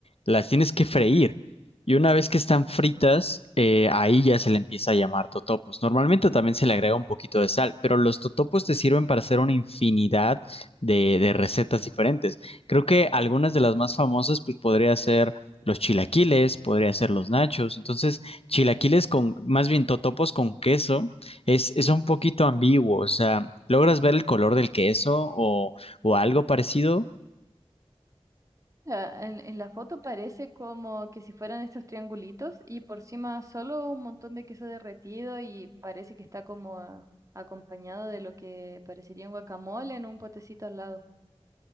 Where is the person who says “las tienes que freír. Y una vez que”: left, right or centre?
Left